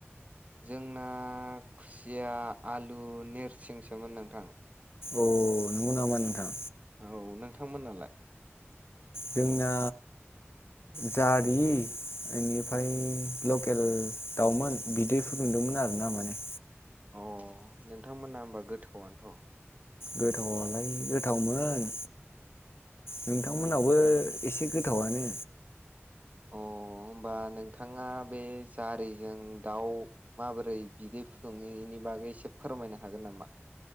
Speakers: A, on the right; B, on the left.
A: जोंना खुसिया आलु नेरसिंसोमोन नोंथां।
B: अ नंगौ नामा नोंथां
A: औ नोंथांमोन नालाय।
B: जोंना जारि। बेनिफ्राय लकेल दावउमोन बिदै फुदुंदोंमोन आरो ना माने।
A: अ नोंथांमोना होमबा गोथावनोथ।
B: गोथावआलाय गोथावमोन। नोंथांमोनाबो एसे गोथावआनो।
A: अ होमबा नोंथांङा बे जारिजों दाउ माबोरै बिदै फुदुंङो इनि बागै। बागै एसे फोरमायनो हागोन नामा।